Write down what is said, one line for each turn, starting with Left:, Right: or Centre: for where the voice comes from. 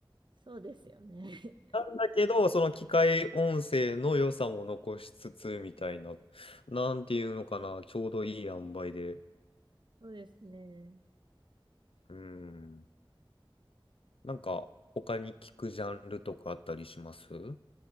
Right: そうですよね。<laughs>
Left: なんだけど、その機械音声の良さも残しつつみたいな、なんていうのかな、ちょうどいい塩梅で。
Right: そうですね。
Left: うん。なんか他に聞くジャンルとかあったりします